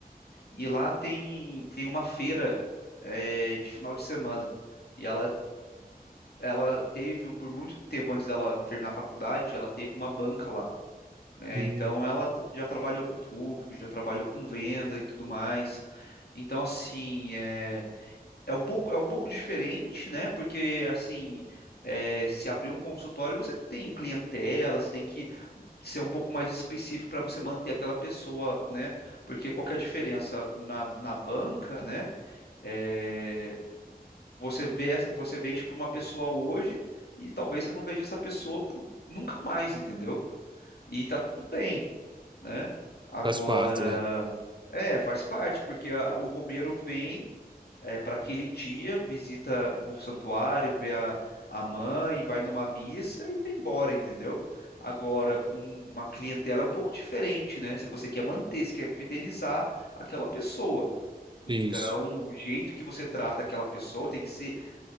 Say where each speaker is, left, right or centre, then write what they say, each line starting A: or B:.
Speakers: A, on the left; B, on the right.
A: E lá tem, tem uma feira é, de final de semana. E ela, ela teve, um- por muito tempo antes dela terminar a faculdade, ela teve uma banca lá. né?
B: Hum.
A: Então ela t- já trabalhou com público, já trabalhou com venda e tudo mais. Então assim, é, é um pouco é um pouco diferente, né? Porque assim, é, se abrir um consultório, você tem clientela, você tem que ser um pouco mais específico para você manter aquela pessoa, né? Porque qual que é a diferença na, na banca, né? É, você vê, essa- você vende para uma pessoa hoje e talvez você não veja essa pessoa por- nunca mais, entendeu? E tá tudo bem né? Agora,
B: faz parte, né?
A: é, faz parte, porque a- o Romero vem para aquele dia, visita o santuário, vê a, a mãe, vai numa missa e vai embora, entendeu? Agora, com uma clientela é um pouco diferente, né? Se você quer manter, se quer fidelizar aquela pessoa. Então,
B: Isso.
A: o jeito que você trata aquela pessoa tem que ser